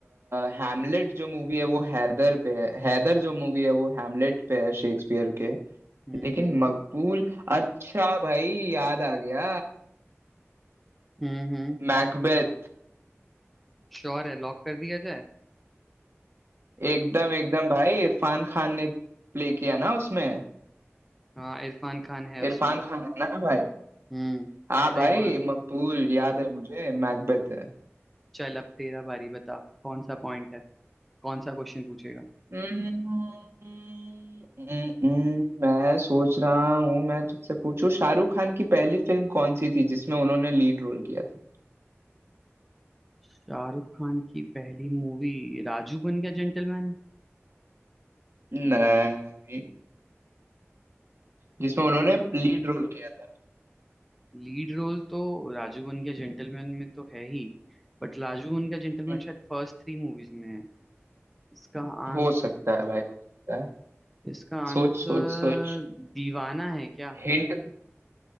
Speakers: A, on the right; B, in the centre.
A: हैमलेट जो मूवी है वो हैदर पे है हैदर जो मूवी है वो हैमलेट पे है शेक्सपियर के
B: हम्म
A: लेकिन
B: हम्म
A: मकबूल अच्छा भाई याद आ गया
B: हम्म हम्म
A: मैकबेथ
B: श्योर है लॉक कर दिया जाए
A: एकदम एकदम भाई इरफान खान ने प्ले किया ना उसमें
B: हाँ इरफान खान है उसमें
A: इरफान खान है ना भाई
B: हम्म।
A: हाँ भाई
B: सही बोल
A: मकबूल याद है मुझे मैकबेथ है
B: चल अब तेरा बारी बता कौन सा पॉइंट है कौन सा क्वेश्चन पूछेगा
A: हम्म, हम्म, मैं सोच रहा हूँ मैं तुझसे पूछूं शाहरुख खान की पहली फिल्म कौन सी थी जिसमें उन्होंने लीड रोल किया था
B: शाहरुख खान की पहली मूवी राजू बन गया जेंटलमैन
A: नहीं जिसमें उन्होंने लीड रोल किया था
B: लीड रोल तो राजू बन गया जेंटलमैन में तो है ही बट राजू बन गया जेंटलमैन
A: हम्म,
B: शायद फर्स्ट थ्री मूवीज में है इसका आंस
A: हो सकता है भाई हो सकता है
B: इसका आंसर
A: सोच सोच सोच
B: दीवाना है क्या
A: हिंट